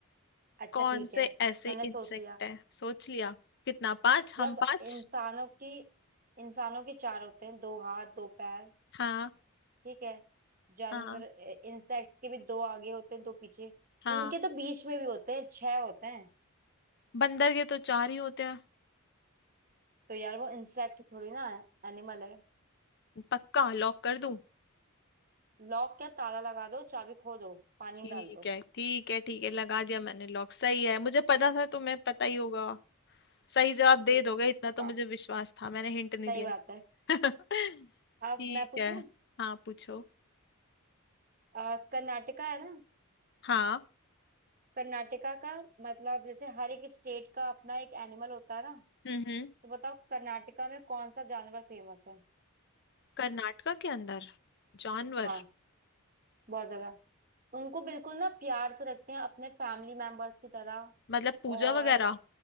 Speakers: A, on the right; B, on the left.
A: अच्छा
B: कौन
A: ठीक
B: से
A: है
B: ऐसे
A: मैंने सोच
B: इंसेक्ट
A: लिया
B: है सोच लिया कितना पांच
A: जब
B: हम पांच
A: इंसानों की इंसानों के चार होते हैं दो हाथ दो पैर
B: हाँ
A: ठीक है जानवर
B: हाँ
A: इंसेक्ट्स के भी दो आगे होते हैं दो पीछे
B: हाँ
A: उनके तो बीच में भी होते हैं छह होते हैं
B: बंदर के तो चार ही होते हैं
A: तो यार वो इंसेक्ट थोड़ी ना है, एनिमल है
B: पक्का लॉक कर दूं
A: लॉक क्या ताला लगा दो चाबी खो दो पानी में
B: ठीक
A: डाल दो
B: है ठीक है ठीक है लगा दिया मैंने लॉक सही है मुझे पता था तुम्हें पता ही होगा सही जवाब दे
A: ठीक
B: दोगे
A: है
B: इतना
A: वाह
B: तो मुझे विश्वास था मैंने हिंट नहीं
A: सही
B: दिया
A: बात
B: इसलिए।
A: है
B: <laughs>
A: अब
B: ठीक
A: मैं पूछूं
B: है हाँ पूछो
A: अ, कर्नाटका है ना
B: हाँ
A: कर्नाटका का मतलब जैसे हर एक स्टेट का अपना एक एनिमल होता है ना
B: हम्म हम्म
A: तो बताओ कर्नाटका में कौन सा जानवर फेमस है
B: कर्नाटका के अंदर जानवर
A: हाँ बहुत ज्यादा उनको बिल्कुल ना प्यार से रखते हैं अपने फैमिली मेंबर्स की तरह
B: मतलब पूजा
A: और
B: वगैरह